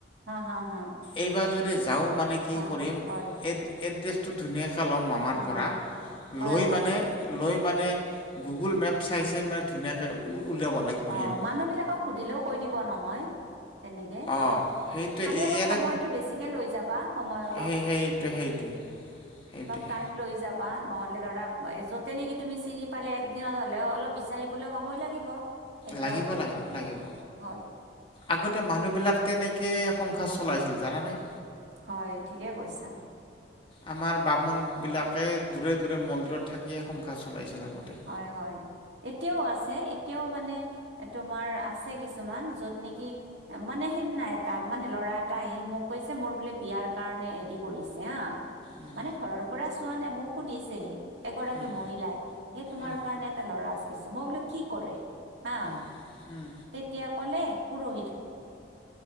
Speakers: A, on the right; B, on the left.
A: হা হা হা
B: এইবাৰ যদি যাওঁ মানে কি
A: হা
B: কৰিম
A: হয় হয়
B: এই এড্ৰেছটো ধুনীয়াকৈ ল'ম মামাৰ
A: অ
B: পৰা,
A: হয়
B: লৈ
A: হয়
B: মানে লৈ মানে, গুগুল মেপ চাই
A: উম
B: চাই মানে ধুনীয়াকে মানে উলিয়াব লাগিব
A: অ
B: সেই
A: মানুহ সুধিলেও কৈ দিব নহয়। এনেকে।
B: অঁ সেইটোৱে
A: খালী অলপ
B: ইয়াতে
A: সময়টো বেছিকে লৈ যাবা সময় অলপ।
B: সেই সেইটোৱে সেইটোৱে সেইটোৱে
A: অলপ টাইম লৈ যাবা নহলে ধৰা যতে নেকি তুমি চিনি পালে একদিনত হলেও অলপ বিচাৰিবলে সময় লাগিব, সেইটো
B: লাগিব
A: আৰু
B: লাগিব লাগিব
A: হয়।
B: আগতে মানুহবিলাক তেনেকে সংসাৰ চলাইছিল জানানে?
A: হয়, ঠিকে কৈছা।
B: আমাৰ বামুণ বিলাকে দূৰে দূৰে মন্দিৰত থাকিয়ে সংসাৰ চলাইছিল আগতে।
A: হয় হয়। এতিয়াও আছে, এতিয়াও মানে তোমাৰ আছে কিছুমান য'ত নেকি মানে সেইদিনা এটা মানে ল'ৰা এটা আহি মোক কৈছে মোৰ বোলে বিয়াৰ কাৰণে হেৰি কৰিছে হা।
B: উম
A: মানে ঘৰৰ পৰা চোৱা নাই, মোক সুধিছে এগৰাকী
B: উম
A: মহিলাই। এই তোমাৰ
B: উম
A: কাৰণে এটা ল'ৰা চাইছে, মই বুলো কি কৰে। হা
B: উম, উম।
A: তেতিয়া ক'লে পুৰহিত।